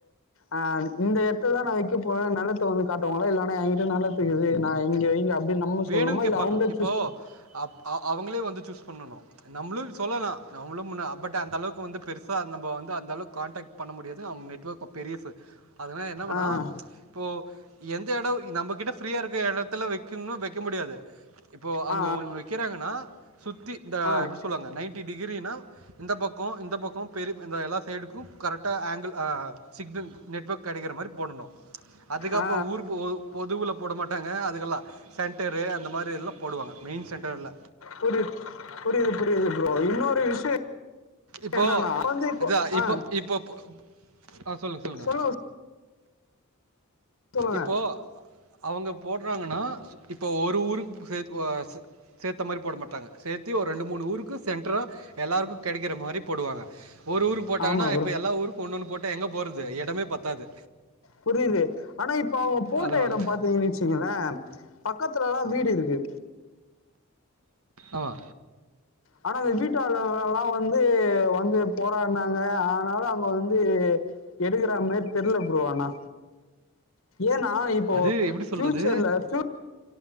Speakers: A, on the left; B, on the right.
A: அ இந்த எடத்ததா நா வைக்க போறனு நெலத்த வந்து காட்டுவங்களா இல்லனா எங்கிட்ட நெலத்து இது நா இங்க இங்க அப்டின்னு நம்ம
B: வேணும்னு
A: சொல்லனுமா
B: கேட்பாங்க
A: இல்ல அவங்களே
B: இப்போது
A: சூஸ்
B: அப் அ அவங்களே வந்து சூஸ் பண்ணணு நம்மளு சொல்லா நம்பளு பட் அந்த அளவுக்கு வந்து பெரு சா நம்ப வந்து அந்தளவுக்கு கான்டாக்ட் பண்ண முடியாது அவங்க நெட்வொர்க் பெரியசு அதனால என்ன பண்ணா
A: ஆ
B: போ எந்த எடோ நம்மகிட்ட ஃப்ரீயா இருக்க எடத்துல வைக்கணுனா வைக்க முடியாது இப்போ அங்க
A: ஆ
B: ஒன்னு வைக்கிறாங்கன்னா சுத்தி இந்த
A: ஆ ஆ
B: எப்டி சொல்லுவாங்க நைன்டி டிகிரினா இந்த பக்கோ இந்த பக்கோ பெரிய இந்த எல்லா சைடுக்கு கரெக்டா ஆங்கிள் அ சிக்னல் நெட்வொர்க் கெடைக்கிற மாரி போடணு அதுக்கப்ப
A: ஆ
B: ஊர் பொ பொதுல போட மாட்டாங்க அதுக்கெல்லா சென்டரு அந்த மாரி எல்லா போடுவாங்க மெயின் சென்டர்ல
A: புரியுது புரியுது புரியுது ப்ரோ இன்னொரு விஷய
B: இப்போது
A: என்னனா வந்து இப்போ
B: அதான்
A: ஆ
B: இப்போ பொ- ஆ சொல்லுங்கள் சொல்லுங்கள்
A: சொல்லுங்க சொல்லுங்க
B: இப்போ அவங்க போடுறாங்கன்னா இப்போ ஒரு ஊருக்கு சேத்து அ சேத்த மாரி போடமாட்டாங்க சேத்தி ஒரு ரெண்டு மூணு ஊருக்கு சென்டரா எல்லாருக்கு கொடைக்கிற மாரி போடுவாங்க ஒரு ஊருக்கு போட்டாங்கன்னா
A: ஆமா ப்ரோ
B: இப்ப எல்லா ஊருக் ஒண்ணு ஒண்ணு போட்ட எங்க போறது எடமே பத்தாது
A: புரியுது ஆனா இப்ப அவங்க போட்ட
B: அதனால்
A: எடம் பாத்தீங்கன்னு வச்சுங்களே பக்கத்துலலா வீடு இருக்கு
B: ஆமா
A: ஆனா அந்த வீட்டு ஆளுங்கலலா வந்து வந்து போராடினாங்க ஆனாலு அவங்க வந்து எடுக்கிறா மேரி தெரில ப்ரோ ஆனா ஏன்னா இப்போ
B: அது எப்படி சொல்கிறது
A: பியூச்சர்ல பியூ